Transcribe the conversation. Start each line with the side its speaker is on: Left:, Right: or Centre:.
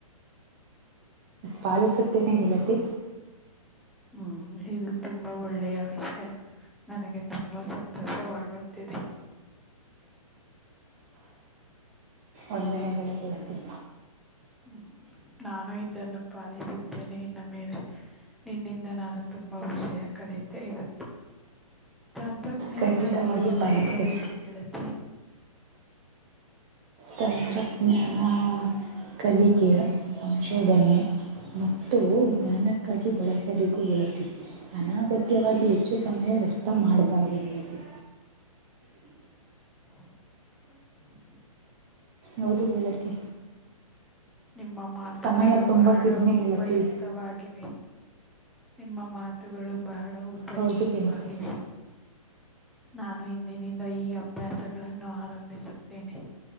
Right: ಪಾಲಿಸುತ್ತೇನೆ ಗೆಳತಿ
Centre: ಹ್ಮ್ ಇದು ತುಂಬಾ ಒಳ್ಳೆಯ ವಿಷಯ. ನನಗೆ ತುಂಬಾ ಸಂತೋಷವಾಗುತ್ತಿದೆ.
Right: ವಂದನೆಗಳು ಗೆಳತಿ.
Centre: ಹ್ಮ್ ನಾನು ಇದನ್ನು ಪಾಲಿಸುತ್ತೇನೆ ಇನ್ನು. ಮೇಲೆ ನಿನ್ನಿಂದ ನಾನು ತುಂಬಾ ವಿಷಯ ಕಲಿತೆ ಇವತ್ತು ತಂತಜ್ಞಾನ
Right: ಖಂಡಿತವಾಗಿ
Centre: ಹೇಗೆ
Right: ಪಾಲಿಸಿ
Centre: ಬಳಸಬೇಕು ಕೇಳತಿ
Right: ತಂತ್ರಜ್ಞಾನ ಕಲಿಕೆ ಸಂಶೋಧನೆ ಮತ್ತು ಜ್ಞಾನಕ್ಕಾಗಿ ಬಳಸಬೇಕು ಹೇಳತೀವಿ ಅನಗತ್ಯವಾಗಿ ಹೆಚ್ಚು ಸಮಯ ವ್ಯರ್ಥ ಮಾಡಬಾರ್ದು ಹೇಳತಿ
Centre: ಹ
Right: ಹೌದು ಬೆಳತಿ
Centre: ನಿಮ್ಮ ಮಾತುಗಳು
Right: ಸಮಯ ತುಂಬಾ
Centre: ಬಹಳ
Right: ಕಡಿಮೆ ಗೆಳತಿ
Centre: ಉಪಯುಕ್ತವಾಗಿವೆ ನಿಮ್ಮ ಮಾತುಗಳು ಬಹಳ ಉಪಯುಕ್ತವಾಗಿವೆ
Right: ಹೌದು ಗೆಳತಿ
Centre: ನಾನು ಇಂದಿನಿಂದ ಈ ಅಭ್ಯಾಸ ಗಳನ್ನು ಆರಂಭಿಸುತ್ತೇನೆ